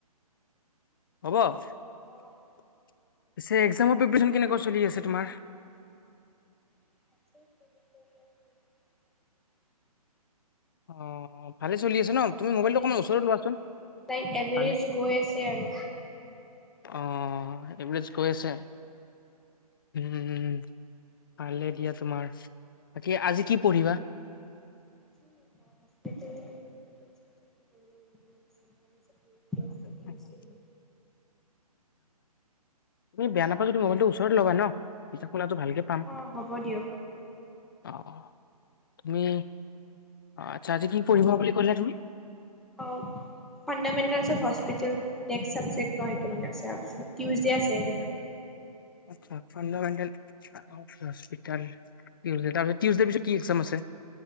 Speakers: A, on the left; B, in the centre.
A: হ'ব? পিছে
B: অ',
A: এক্জামৰ প্ৰিপেৰেচন কেনেকুৱা চলি আছে? তোমাৰ
B: <inaudible>
A: অঁ ভালে চলি আছে ন? তুমি
B: এভাৰেজ
A: মোবাইলটো অকমান ওচৰতে লোৱাচোন।
B: লাইক এভাৰেজ
A: ভালে
B: গৈ আছে আৰু।
A: অ এভেৰেজ গৈ আছে। উম ভালে দিয়া তোমাৰ। বাকী আজি কি পঢ়িবা?
B: আজি <unintelligible>
A: <unintelligible>
B: আছে টিউচডে মানে।
A: তুমি বেয়া নাপা যদি মোবাইলটো ওচৰত লগা ন পিচে শুনাটো ভালকে পাম।
B: অ' হ'ব দিয়ক
A: অহ তুমি। আচ্ছা আজি কি পঢ়িবা বুলি কলা তুমি?
B: অ fundamentals of hospital next subject ন এইটো মানে আছে। টিউজদে আছে এক্জাম।
A: আটচা ফাণ্ডামেণ্টেল অফ হস্পিতাল, টিউজদে। তাৰপিছত টিউজদে পিছত কি এক্জাম আছে?